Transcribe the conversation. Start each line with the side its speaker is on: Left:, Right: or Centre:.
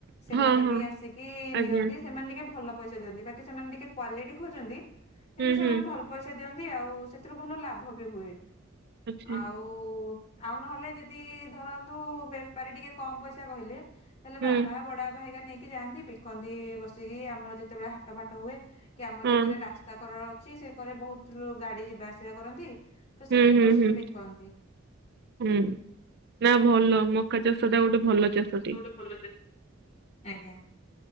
Left: ସେମାନେ
Right: ହଁ ହଁ
Left: ବି ଆସିକି
Right: ଆଜ୍ଞା
Left: ନିଅନ୍ତି। ସେମାନେ ଟିକେ ଭଲ ପଇସା ଦିଅନ୍ତି ବାକି ସେମାନେ ଟିକେ କ୍ଵାଲିଟି ଖୋଜନ୍ତି କିନ୍ତୁ
Right: ହୁଁ
Left: ସେମାନେ
Right: ହୁଁ
Left: ଭଲ ପଇସା ଦିଅନ୍ତି ଆଉ ସେଥିରୁ ଭଲ ଲାଭ ବି ହୁଏ
Right: ଆଚ୍ଛା
Left: ଆଉ ଓ ଆଉ ନହେଲେ ଯଦି ଧରନ୍ତୁ ବେପାରୀ ଟିକେ କମ ପଇସା କହିଲେ ତାହେଲେ
Right: ହୁଁ
Left: ବାବା ବଡବାପା ହେଇଗା ନେଇକି ଯାଆନ୍ତି ବିକନ୍ତି ବସିକି ଆମର ଯେତେବେଳେ ହାଟ ଫାଟ ହୁଏ। କି ଆମର
Right: ହଁ
Left: ଏକରେ ରାସ୍ତା କରର ଅଛି ସେ କରେ ବହୁତ ଗାଡି ଯିବା ଆସିବା କରନ୍ତି। ତ ସେଠି
Right: ହୁଁ ହୁଁ
Left: ବସିକି
Right: ହୁଁ।
Left: ବିକନ୍ତି।
Right: ହୁଁ ନା ଭଲ ମକା ଚାଷଟା ଗୋଟେ ଭଲ ଚାଷଟେ।
Left: ଗୋଟେ ଭଲ ଚାସ ଆଜ୍ଞା